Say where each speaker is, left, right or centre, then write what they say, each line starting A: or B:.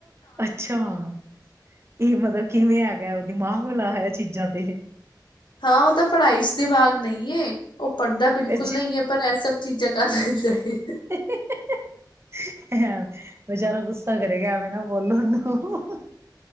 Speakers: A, on the right; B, on the left.
A: ਅੱਛਾ, ਇਹ ਮਤਲਬ ਕਿਵੇਂ ਹੈਗਾ ਉਹ ਦਿਮਾਗ ਹਲਾਇਆ ਹੋਇਆ ਚੀਜ਼ਾਂ ਤੇ ਇਹ।
B: ਹਾਂ ਉਹ ਤਾਂ ਪੜ੍ਹਾਈ 'ਚ ਦਿਮਾਗ ਨਹੀਂ ਏ। ਉਹ ਪੜ੍ਹਦਾ ਬਿਲਕੁਲ
A: ਅੱਛਾ
B: ਨਹੀਂ ਹੀ ਹੈ ਪਰ ਇਹ ਸਭ ਚੀਜ਼ ਤਾ <unintelligible>
A: <unintelligible> ਅਹਅ ਬੇਚਾਰਾ ਗੁੱਸਾ ਕਰੇਗਾ ਆ ਐਵੇਂ ਨਾ ਬੋਲੋ ਉਹਨੂੰ।